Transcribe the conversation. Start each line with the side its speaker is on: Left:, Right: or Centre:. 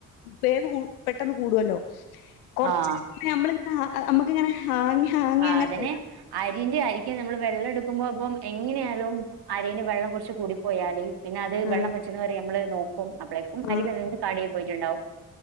Left: വേവും പെട്ടെന്ന് കൂടുവല്ലോ കൊറച്ച്.
Right: ആഹ്
Left: നമ്മളിങ്ങനെ മ്മക്കിങ്ങനെ ഹാങ്ങി ഹാങ്ങി
Right: അതിന്
Left: അങ്ങനെഇടാം.
Right: അരിന്റെ അരിക്ക് നമ്മള് വെള്ളെടുക്കുമ്പോ പ്പം എങ്ങനെയാലും. അരീല് വെള്ളം കൊറച്ച് കൂടി പോയാല് പിന്നെ അത് വെള്ളം
Left: ആഹ്
Right: വറ്റുന്നവരെ നമ്മള് നോക്കും അപ്പളെ അരി
Left: ആഹ് ആഹ്
Right: വെന്ത് കാടിയായി പോയിട്ടുണ്ടാവും